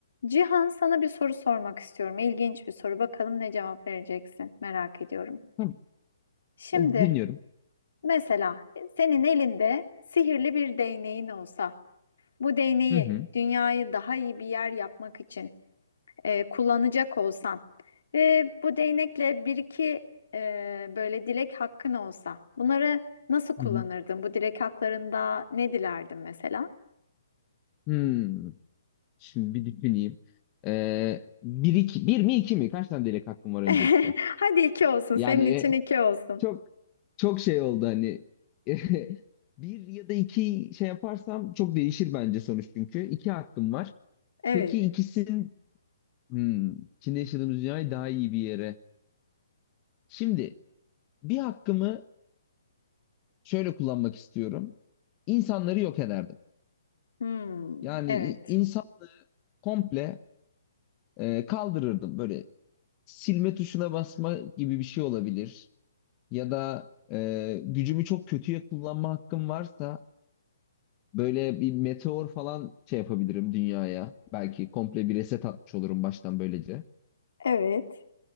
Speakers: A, on the left; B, on the left.
A: Cihan sana bir soru sormak istiyorum. İlginç bir soru. Bakalım ne cevap vereceksin. Merak ediyorum.
B: Tamam.
A: Şimdi
B: Oldu, Dinliyorum.
A: mesela e, senin elinde sihirli bir değneğin olsa, bu değneği
B: Hı hı.
A: dünyayı daha iyi bir yer yapmak için e, kullanacak olsan ve bu değnekle bir iki e, böyle dilek hakkın olsa, bunları nasıl kullanırdın?
B: Hı hı.
A: Bu dilek haklarında ne dilerdin mesela?
B: Hmm. Şimdi bir düşüneyim. Ee, bir, iki, bir mi iki mi? Kaç tane dilek hakkım var
A: <laughs>
B: öncelikle?
A: Hadi iki olsun.
B: Yani
A: Senin için iki olsun.
B: çok çok şey oldu hani <laughs> bir ya da iki şey yaparsam çok değişir bence sonuç çünkü. İki hakkım var.
A: Evet.
B: Peki ikisinin hmm, içinde yaşadığımız dünyayı daha iyi bir yere. Şimdi bir hakkımı şöyle kullanmak istiyorum. İnsanları yok ederdim.
A: Hmm,
B: Yani
A: evet.
B: i- insan komple e, kaldırırdım. Böyle silme tuşuna basma gibi bir şey olabilir. Ya da e, gücümü çok kötüye kullanma hakkım varsa böyle bir meteor falan şey yapabilirim dünyaya. Belki komple bir reset atmış olurum baştan böylece.
A: Evet.